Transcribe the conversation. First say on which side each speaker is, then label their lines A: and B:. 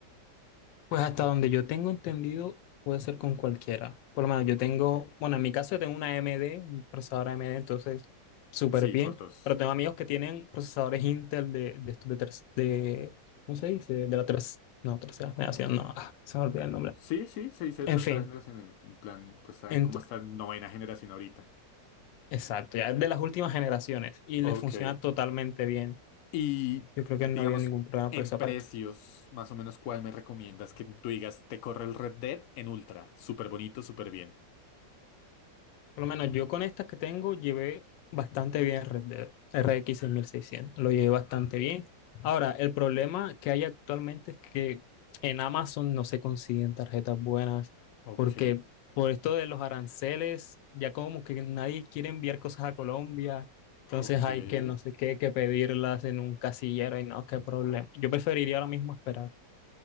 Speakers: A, on the left; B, on the left.
A: Pues hasta donde yo tengo entendido, puede ser con cualquiera. Por lo menos yo
B: Ok.
A: tengo, bueno, en mi caso yo tengo una AMD, un procesador AMD, entonces súper
B: Sí,
A: bien.
B: por dos.
A: Pero tengo amigos que tienen procesadores Intel de, de estos de, tres, de, ¿cómo se dice? De la tres, no, tercera generación, no, <laughs> ah, se me olvida el nombre.
B: Sí, sí, se dice de
A: En
B: tercera
A: fin,
B: generación. En en plan, pues hay
A: ent-
B: como hasta novena generación ahorita.
A: exacto, ya es de las últimas generaciones y
B: Ok.
A: les funciona totalmente bien.
B: Y
A: Yo creo que no
B: digamos,
A: había ningún problema
B: en
A: por esa
B: precios,
A: parte.
B: más o menos, ¿cuál me recomiendas que tú digas, te corre el Red Dead en Ultra? Súper bonito, súper bien.
A: Por lo menos yo con estas que tengo llevé bastante bien Red Dead R X 6600 lo llevé bastante bien. Ahora, el problema que hay actualmente es que en Amazon no se consiguen tarjetas buenas
B: Ok,
A: porque por esto de los aranceles, ya como que nadie quiere enviar cosas a Colombia, entonces
B: ok,
A: hay que no sé qué, que pedirlas en un casillero y no, qué problema. Yo preferiría ahora mismo esperar